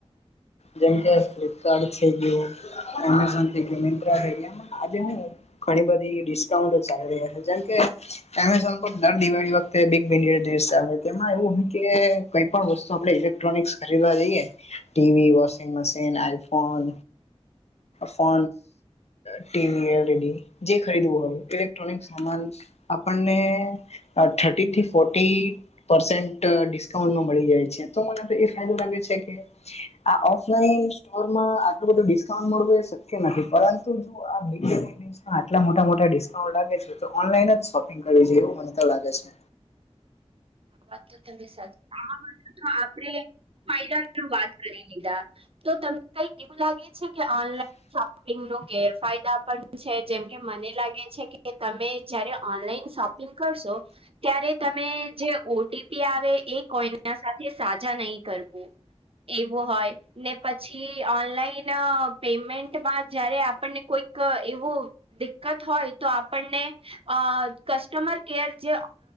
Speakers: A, on the left; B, on the right.
A: જેમ કે ફ્લિપકાર્ટ થ ગયું એમેઝોન થ ગયું મન્ટ્રા થ ગયો એ આજે ન ઘણી બધી ડિસ્કાઉન્ટ ચાલી ર્યા છે જેમ કે તમે સમભગ દર દિવાળી વખતે બિગ બિલય દિવ એમાં એવું હોય કે વસ્તુ આપણે ઇલેક્ટ્રોનિક્સ ખરીદવા જઈએ ટીવી વોશિંગ મશન આઈફોન ફો ટીવી જે ખરીવું ઇલેક્ટ્રોનિક સામાન આપણને થર્ટી થી ફોર્ટી પસેન્ટ ડિસ્કાઉન્ટ મળી જાય છે, તો મને તો એ ફાયદો લાગે છે કે આ ઓફલાઈન સ્ટોરમાં આટલું બધું ડિ એવું એ શક્ય નથી, પરંતુ જો આ બીજ આટલા મોટા મોટા ડિસ્કાઉન્ટ લાગે છે, તો ઓનલાઈન જ શોપિંગ કરવી જોઈ, એવું મને તો લાગે છે.
B: વાત તો તમને સાચી, આ તો આપડે ફાયદા વાત કરી લીધા, તો તમને કંઈક એવું લાગે છે કે, ઓનલાઇન શોપિંગ ના ગેરફાયદા પણ છે, જેમકે મને લાગે છે કે, તમે જયારે ઓનલાઈન શોપ કરશો ત્યારે તમે જે ઓટીપી આવે, એ કોઈના સાથે શેર નહીં કરવું એવું હોય. ને પછી, ઓનલાઈન પેમેન્ટમાં જયારે આપણને કોઈક એવું દિકકત હોય તો, આપણને અ કસ્ટમર કેર જે